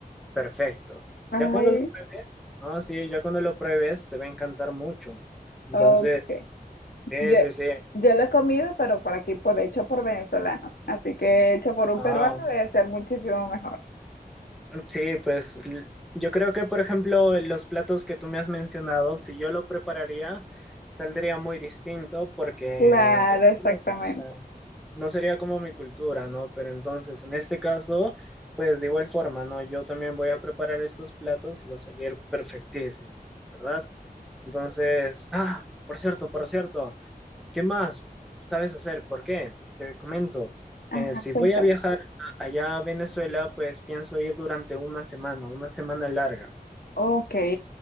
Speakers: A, in the centre; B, on the left.
A: Perfecto.
B: Ay,
A: Ya cuando lo pruebes, no, sí, ya cuando lo pruebes te va a encantar mucho. Entonces,
B: ok.
A: sí,
B: Yo,
A: sí, sí.
B: yo lo he comido, pero por aquí, por hecho por venezolanos. Así que hecho por un
A: Ah,
B: peruano debe ser muchísimo mejor.
A: Sí, pues l- yo creo que, por ejemplo, los platos que tú me has mencionado, si yo lo prepararía, saldría muy distinto porque
B: Claro,
A: es
B: exactamente.
A: como- no sería como mi cultura, ¿no? Pero entonces, en este caso, pues de igual forma, ¿no? Yo también voy a preparar estos platos y va a salir perfectísimo, ¿verdad? Entonces, ah, por cierto, por cierto. ¿Qué más sabes hacer? ¿Por qué? Te comento,
B: Ajá,
A: eh, si
B: cuéntame.
A: voy a viajar a- allá a Venezuela, pues pienso ir durante una semana, una semana larga.
B: Ok,